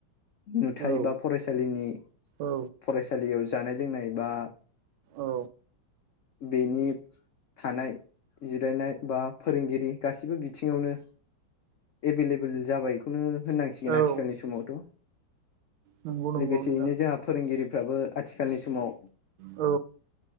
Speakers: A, on the left; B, on the right.
A: नुथाय
B: औ
A: बा फरायसालिनि
B: औ
A: फरायसालियाव जानाय लोंनाय बा
B: औ
A: बेनि थानाय जिरायनाय बा फोरोंगिरि गासिबो बिथिङावनो एभेलेबोेल जाबायखौनो होननांसिगोन
B: औ
A: आथिखालनि समावथ'
B: नंगौ नंगौ
A: लोगोसेयैनो
B: नोंथां
A: जोहा फोरोंगिरिफ्राबो आथिखालनि समाव
B: औ।